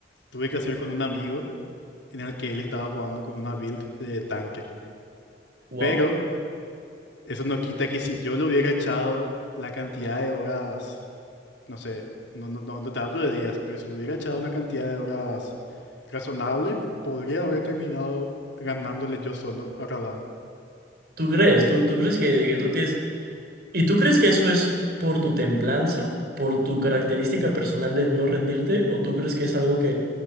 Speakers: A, on the left; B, on the right.
A: tuve que hacer con un amigo en el que él estaba jugando con una build de tanque.
B: Wow.
A: Pero eso no quita que si yo le hubiera echado la cantidad de horas no sé, no, no, no, no te hablo de días, pero si le hubiera echado una cantidad de horas razonable, podría haber terminado ganándole yo solo a Radam.
B: ¿Tú crees? ¿Tú, tú crees que, que tú tienes... ¿Y tú crees que eso es por tu templanza, por tu característica personal de no rendirte? ¿O tú crees que es algo que,